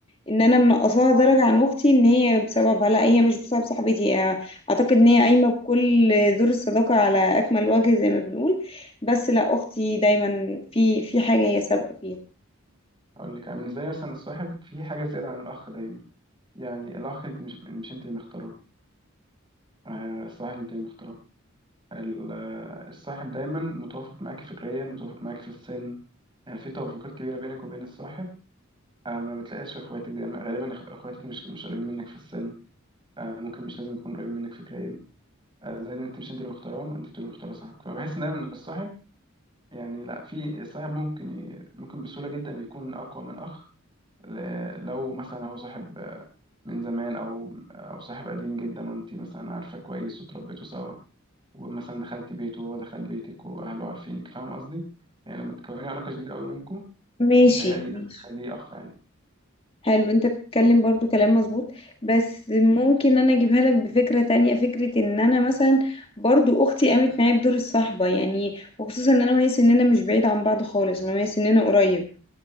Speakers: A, on the left; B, on the right.
A: ان انا منقصاها درجه عن اختي ان هي بسببها لا هي مش بسبب صاحبتي هي اعتقد ان هي قايمه بكل دور الصداقه على اكمل وجه زي ما بنقول بس لا اختي دايما في في حاجه هي سابقه فيها
B: اقول لك يعني بالنسبه لي مثلا الصاحب في حاجه زياده عن الاخ دايما يعني الاخ انت مش مش انت اللي مختاره آه، الصاحب انت اللي مختاره ال- الصاحب دايما متوافق معاك فكريا متوافق معاك في السن يعني في توافقات كبيرة بينك وبين الصاحب آه، ما بتلاقيهاش في اخواتك دايما غالبا إخ- اخواتك مش مش قريبين منك في السن آه، ممكن مش لازم يكونوا قريبين منك فكريا آه، زائد ان انت مش انت اللي مختارهم انت اللي مختار صاحبك فانا بحس إن دايما ان الصاحب يعني لا في الصاحب ممكن ي... ممكن بسهولة جدا يكون اقوى من اخ ل- لو مثلا هو صاحب آه، من زمان او او صاحب قديم جدا وانت مثلا عارفة كويس وتربيتوا سوا ومثلا دخلت بيته وهو دخل بيتك واهله عارفينك فاهم قصدي يعني لما تكوني علاقه جديده قوي بينكم
A: ماشي
B: بتهيألي ده
A: ماشي
B: بيخليه اخ عادي
A: حلو انت بتتكلم برضو كلام مظبوط بس ممكن انا اجيبها لك بفكرة تانية فكرة ان انا مثلا برضو اختي قامت معايا بدور الصحبة يعني وخصوصا ان انا وهي سننا مش بعيد عن بعض خالص انا وهي سننا قريب